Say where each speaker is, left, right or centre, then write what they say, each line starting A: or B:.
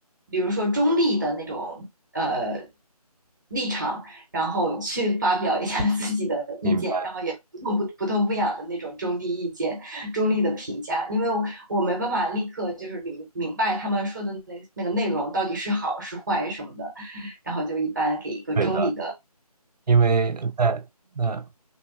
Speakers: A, on the right (about 30°); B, on the right (about 85°).
A: 比如说中立的那种呃立场，然后去发表一下 <laughs> 自己的意见，
B: 明白，
A: 然后也。不痛不不痛不痒的那种中立意见、中立的评价，因为我我没办法立刻就是明明白他们说的那那个内容到底是好是坏什么的，然后就一般给一个中立的。
B: 对的。因为在那，